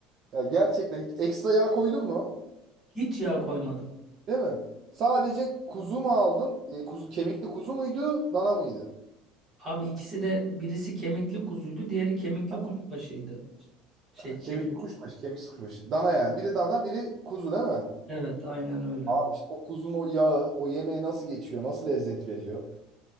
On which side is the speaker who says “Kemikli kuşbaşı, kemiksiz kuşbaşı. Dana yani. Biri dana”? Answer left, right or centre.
Right